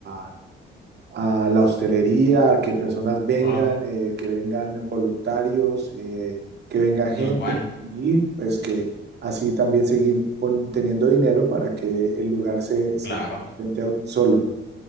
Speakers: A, on the right (about 55°); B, on the left (about 60°).
A: a- a la hostelería, a que personas vengan,
B: Ah,
A: eh, que vengan voluntarios, eh, que venga gente
B: Muy bueno.
A: y pues que así también seguir pon- teniendo dinero para que el lugar se, se
B: Claro.
A: sustente au- solo.